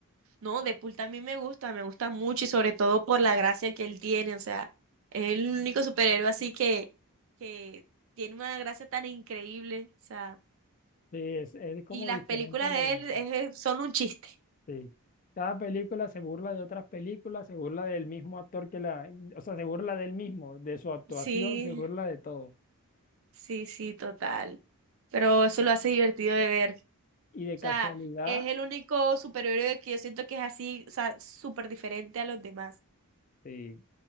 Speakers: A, on the right; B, on the left.
A: No, Deadpool también me gusta, me gusta mucho y sobre todo por la gracia que él tiene, o sea, es el único superhéroe así que, que tiene una gracia tan increíble, o sea,
B: Sí, es, es como
A: y las
B: diferente
A: películas
B: a la...
A: de
B: de
A: él es- son un chiste.
B: Sí. Cada película se burla de otras películas, se burla del mismo actor que la, o sea, se burla del mismo, de su actuación,
A: Sí,
B: se burla de todo.
A: sí, sí, total, pero eso lo hace divertido de ver, o
B: Y de
A: sea,
B: casualidad,
A: es el único superhéroe que yo siento que es así, o sea, súper diferente a los demás.
B: sí,